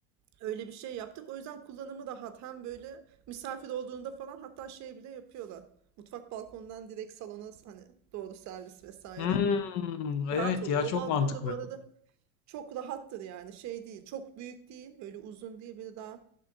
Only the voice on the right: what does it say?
öyle bir şey yaptık. O yüzden kullanımı rahat. Hem böyle misafir olduğunda falan hatta şey bile yapıyorlar. Mutfak balkonundan direkt salona hani doğru servis vesaire.
Rahat oluyor.
O balkon
da bu arada çok rahattır yani. Şey değil. Çok büyük değil. Öyle uzun değil. Böyle daha